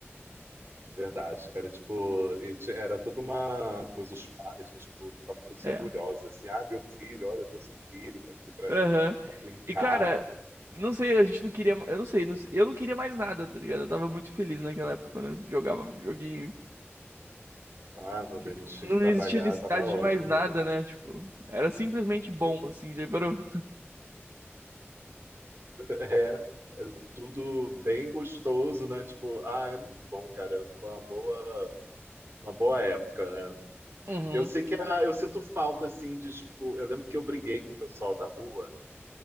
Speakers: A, on the right; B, on the right.
A: verdade, cara. Tipo, e ti- era toda uma coisa, os pais, né, tipo, ficavam todos
B: É.
A: orgulhosos, assim, ah, meu filho, olha, eu trouxe um filho aqui pra,
B: Aham.
A: pra brincar.
B: E, cara, não sei, a gente não queria. Eu não sei, não sei- eu não queria mais nada, tá ligado? Eu tava muito feliz naquela época quando eu jogava videogame
A: Ah, meu
B: Tipo,
A: bem, não tinha
B: não
A: que trabalhar,
B: existia necessidade
A: tava ótimo
B: de mais nada,
A: mesmo.
B: né? Tipo, era simplesmente bom, assim, já parou.
A: É, é tudo bem gostoso, né? Tipo, ah, é muito bom, cara. Foi uma boa, uma boa época, né?
B: Uhum.
A: Eu sei que ah, eu sinto falta, assim, de, tipo, eu lembro que eu briguei com o pessoal da rua.